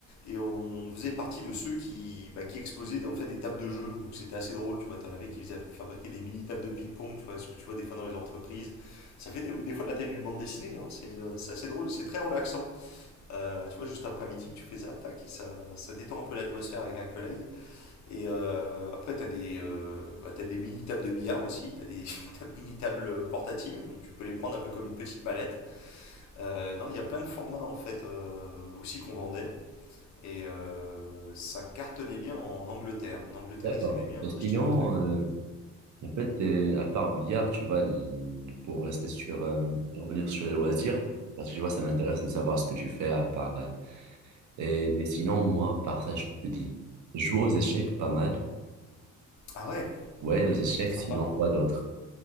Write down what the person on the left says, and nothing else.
Et on faisait partie de ceux qui, bah, qui exposaient en fait des tables de jeu. Donc c'était assez drôle, tu vois. T'en avais qui fabriquaient des mini tables de ping-pong, tu vois, ce que tu vois des fois dans les entreprises. Ça fait des, des fois la taille d'une bande dessinée, hein. c'est, euh, c'est assez drôle, c'est très relaxant. Euh, tu vois, juste après un meeting, tu fais ça, tac, et ça, ça détend un peu l'atmosphère avec un collègue. Et euh, après, t'as des, euh, bah, t'as des mini tables de billard aussi, t'as des <laughs> t'as des mini tables portatives, donc tu peux les prendre un peu comme une petite mallette. Euh, non, il y a plein de formats en fait euh, aussi qu'on vendait. Et euh, ça cartonnait bien en Angleterre. En Angleterre,
ils aimaient bien
acheter nos trucs.
Ah ouais,
sympa.
hein.